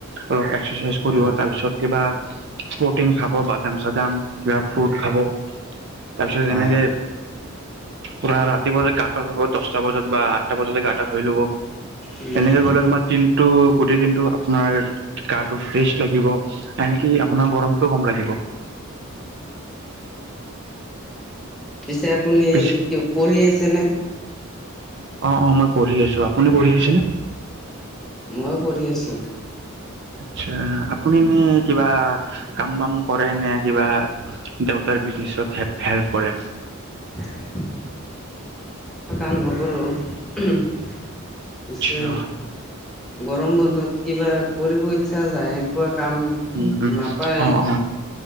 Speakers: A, on the right (about 55°); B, in the centre.
A: অলপ এক্সাৰচাইজ কৰিব
B: অ',
A: তাৰপিছত কিবা প্ৰটিন খাব বাদাম চাদাম কিবা ফ্ৰুট খাব। তাৰ পিছত
B: অ',
A: এনেকে, পুৰা ৰাতি বজাত গাঁত হ'ব দচটা বজাত বা তাৰপা যদি গা-টা ধুই লব।
B: উম,
A: এনেকে গলে তোমাৰ দিনটো, গোটেই দিনটো আপোনাৰ গাটো ফ্ৰেচ লাগিব এনে কি
B: উম।
A: আপোনাৰ গৰমটো কম লাগিব।
B: পিছে আপুনি,
A: পিছ
B: ক পঢ়ি আছেনে?
A: অ' অ', মই পঢ়ি আছো। আপুনি পঢ়ি আছেনে?
B: ময়ো পঢ়ি আছো।
A: আচ্ছা আপুনি নে কিবা কাম-বাম কৰে নে কিবা, দেউতাৰ বিজনেছত হেল্প কৰে?
B: <unintelligible> কাম নকৰোঁ। পিছে-‌
A: আচ্ছা
B: গৰম বন্ধত কিবা কৰিব ইচ্ছা যায় এনেকুৱা কাম
A: উম, উম।
B: নাপায়ে।
A: অ অ